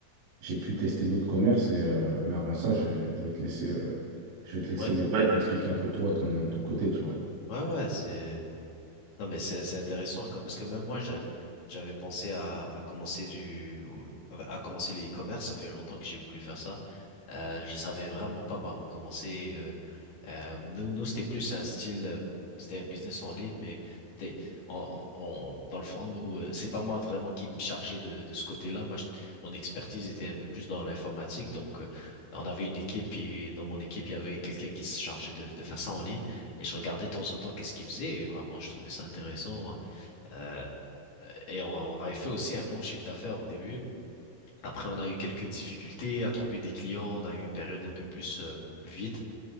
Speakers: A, on the right; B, on the left.
A: j'ai pu tester d'autres commerces, et, euh, mais avant ça, j'ai- je vais te laisser, euh, je vais te laisser
B: Ouais,
A: m'e- Ouais. m'expliquer un peu toi, ton, ton côté, tu vois.
B: ouais, ouais, c'est, non, mais c'est, c'est intéressant, comme, parce que même moi, j'a- j'avais pensé à, à commencer du, à commencer le e-commerce, ça fait longtemps que j'ai voulu faire ça. Euh, je savais vraiment pas par où commencer. euh, Euh, nous, nous c'était plus un style, euh, c'était un business en ligne, mais c'était- on, on- dans le fond, nous, euh, c'est pas moi vraiment qui me chargeais de, de ce côté-là. Moi, je- mon expertise était un peu plus dans l'informatique, donc euh, on avait une équipe et dans mon équipe, il y avait quelqu'un qui se chargeait de, de faire ça en ligne et je regardais de temps en temps qu'est-ce qu'il faisait et vraiment, je trouvais ça intéressant. Euh, et on, on avait fait aussi un bon chiffre d'affaires au début. Après, on a eu quelques difficultés à trouver des clients, on a eu une période un peu plus euh, vide.